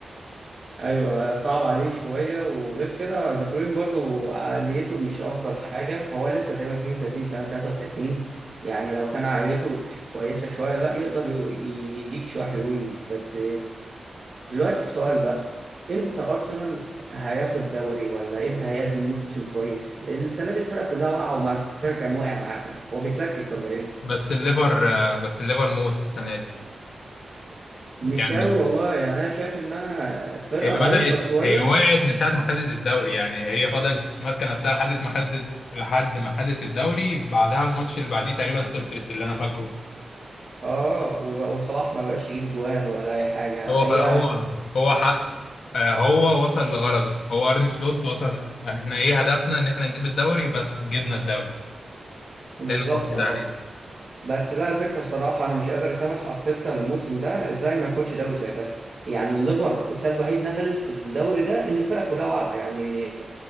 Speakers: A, on the right (about 40°); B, on the left (about 75°).
A: ايوه صعب عليه شوية وغير كده دي بروين برضو عقليته مش افضل حاجة هو لسه تقريبا 32 سنة 33 يعني لو كان عقليته كويسة شوية لا يقدر ي- يديك شوية حلوين بس دلوقتي السؤال بقى امتى ارسنال هياخد دوري ولا امتى هيقدم موسم كويس السنه دي الفرقه كلها واقعه ومع ذلك كان واقع معاهم هو بيتلكك ولا ايه
B: بس الليفر آه بس الليفر موت السنه دي
A: مش
B: يعني
A: قوي والله يعني انا شايف انها فرقه
B: هي بدأت
A: ضعيفه شويه
B: هي وقعت من ساعة ما خدت الدوري يعني هي فضلت ماسكة نفسها لحد ما خدت لحد ما خدت الدوري بعدها الماتش اللي بعديه تقريبا خسرت اللي أنا فاكره
A: اه وب- وصلاح ما بقاش يجيب جوان ولا اي حاجه
B: هو
A: هي
B: هو هو حق آه، هو وصل لغرضه هو أرني سلوت وصل احنا ايه هدفنا ان احنا نجيب الدوري بس جبنا الدوري
A: بالظبط
B: حلو قوي كده
A: اه
B: علينا
A: بس لا الفكرة الصراحة أنا مش قادر أسامح أرتيتا الموسم ده إزاي ما ياخدش دوري زي ده يعني الليفر السبب الوحيد إنها خدت الدوري ده إن الفرق كلها واقعة يعني